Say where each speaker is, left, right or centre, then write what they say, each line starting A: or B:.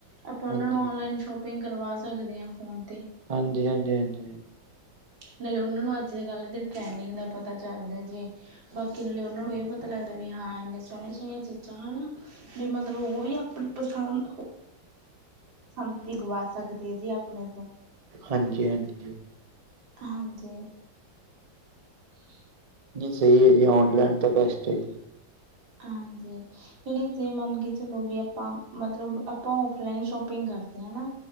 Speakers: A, on the right (about 75°); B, on the right (about 35°).
A: ਆਪਾਂ
B: ਹਾਂਜੀ
A: ਉਹਨਾਂ ਨੂੰ ਔਨਲਾਈਨ ਸ਼ੋਪਿੰਗ ਕਰਵਾ ਸਕਦੇ ਹਾਂ ਫ਼ੋਨ 'ਤੇ
B: ਹਾਂਜੀ ਹਾਂਜੀ ਹਾਂਜੀ
A: ਨਾਲੇ ਉਹਨਾਂ ਨੂੰ ਅੱਜ ਦੇ ਕੱਲ੍ਹ ਦੇ ਟਰੈਨਿੰਗ ਦਾ ਪਤਾ ਚੱਲਦਾ ਜੇ ਬਾਕੀ ਨਾਲੇ ਉਹਨਾਂ
B: ਹਾਂਜੀ
A: ਨੂੰ ਇਹ ਪਤਾ ਲੱਗਦਾ ਹੁੰਦਾ ਵੀ ਹਾਂ ਇੰਨੇ ਸੋਹਣੀਆਂ ਸੋਹਣੀਆਂ ਚੀਜ਼ਾਂ ਹਨਾ ਵੀ ਮਤਲਬ ਉਹ ਵੀ ਆਪਣੀ ਪਸੰਦ। ਪਸੰਦ ਹੀ ਗਵਾ ਸਕਦੇ ਆ ਜੀ ਆਪਣੇ ਤੋਂ।
B: ਹਾਂਜੀ ਹਾਂਜੀ।
A: ਹਾਂਜੀ। ਹੂੰ।
B: ਨਹੀਂ ਸਹੀ ਹੈ ਜੀ ਔਨਲਾਈਨ ਤਾਂ ਬੈਸਟ ਹੈ ਜੀ।
A: ਹਾਂਜੀ। ਕਿ ਜੇ ਮੰਨ ਕੇ ਚਲੋ ਵੀ ਆਪਾਂ ਮਤਲਬ ਆਪਾਂ ਔਫਲਾਈਨ ਸ਼ੋਪਿੰਗ ਕਰਦੇ ਹਾਂ ਹਨਾ।